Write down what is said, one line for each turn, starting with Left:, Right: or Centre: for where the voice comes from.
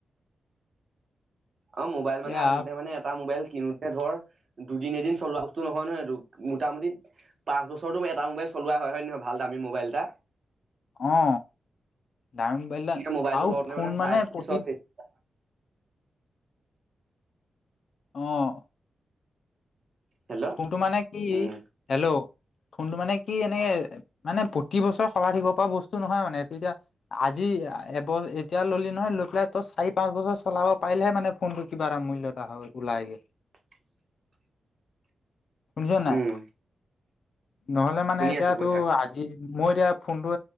Right: অ মোবাইল
Left: এতিয়া
Right: মানে আনো নে মান এটা মোবাইল কিনোতে ধৰ দুদিন এদিন চলোৱা বস্তু নহয় নয় এই মোটামুটি পাঁচ বছৰৰতো এটা মোবাইল চলোৱা হয় নে নহয় ভাল দামী মোবাইল এটা
Left: অ ডামি মোবাইল
Right: এতিয়া মোবাইলটো
Left: আৰু
Right: লওঁতে
Left: ফোন
Right: চাই
Left: মানে
Right: চিতি
Left: প্ৰতি
Right: চব ফেচি,
Left: অহ
Right: হেল্ল'
Left: ফোনটো মানে কি
Right: উম
Left: হেল্ল' ফোনটো মানে কি এনেকে মানে প্ৰতি বছৰ শলাই থাকিব পৰা বস্তু নহয় মানে এইটো এতিয়া আজি যি এব এতিয়া ল'লি নহয় লৈ পেলাই তই চাৰি পাঁচ বছৰ চলাব পাৰিলেহে মানে ফোনটো কিবা এটা মূল্যত ত হয় ওলাইগে
Right: <inaudible>
Left: শুনিছ নাই
Right: উম
Left: নহলে মানে
Right: শুনি
Left: এতিয়াতো
Right: আছো কৈ থাক
Left: আজি মোৰ এতিয়া ফোন টো